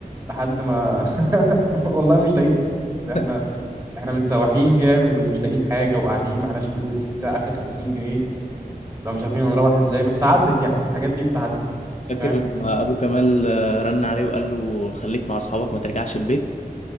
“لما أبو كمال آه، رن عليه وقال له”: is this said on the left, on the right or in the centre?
Left